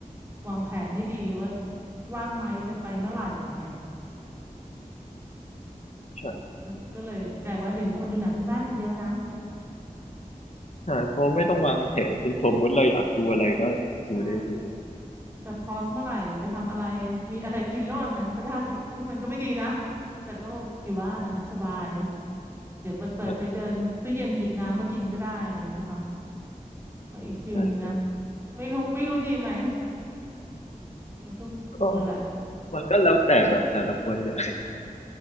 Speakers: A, on the right; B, on the left.
A: วางแผนให้ดีว่าว่างไหมจะไปเมื่อไหร่อย่างเงี้ย
B: ใช่
A: ก็ก็เลยกลายว่าเดี๋ยวนี้คนดูหนังที่บ้านกันเยอะนะ
B: ใช่เพราะไม่ต้องวางแผนถึงสมมติเราอยากดูอะไรก็ดูได้เลย
A: ใช่ จะพอสเมื่อไหร่ไปทำอะไรมีอะไรกินระหว่างนั้นก็ได้ซึ่งมันก็ไม่ดีนะแต่ก็แบบอยู่บ้านอะสบายเดี๋ยวเปิดเปิดไปเดินตู้เย็นหยิบน้ำมากินก็ได้อะไรอย่างเงี้ยค่ะ
B: ใช่
A: ก็อีกฟิลหนึ่งนะ
B: ใช่
A: ไม่รู้ไม่รู้ดีไหมมันก็คนละแบบ
B: ก็มันก็แล้วแต่แบบแต่ละคนอยาก